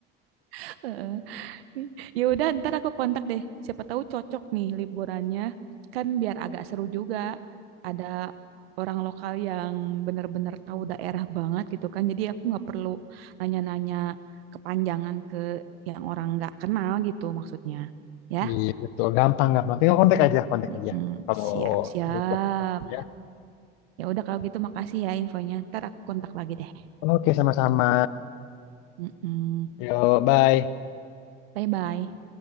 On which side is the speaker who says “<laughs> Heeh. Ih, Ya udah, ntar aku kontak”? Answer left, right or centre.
Right